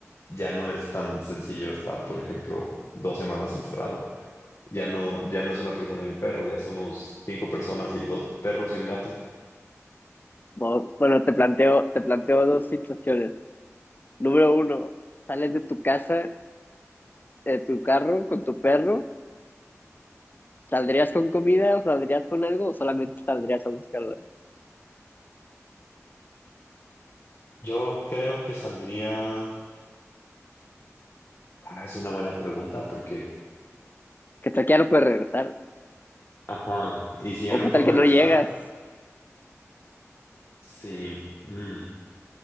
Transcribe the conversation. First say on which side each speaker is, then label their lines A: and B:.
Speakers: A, on the left; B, on the left.
A: ya no es tan sencillo estar, por ejemplo, dos semanas encerrado. Ya no, ya no es una persona y un perro, ya somos cinco personas y dos perros y un gato.
B: Bo- Bueno, te planteo, te planteo dos situaciones. Número uno, sales de tu casa, de tu carro con tu perro ¿Saldrías con comida o saldrías con algo o solamente saldrías a buscarla?
A: Yo creo que saldría. Ah, es una buena pregunta porque,
B: ¿Qué tal que ya no puedes regresar?
A: ajá, y si ya
B: ¿O
A: no
B: qué
A: puedo
B: tal que
A: regresar,
B: no llegas
A: sí, mm,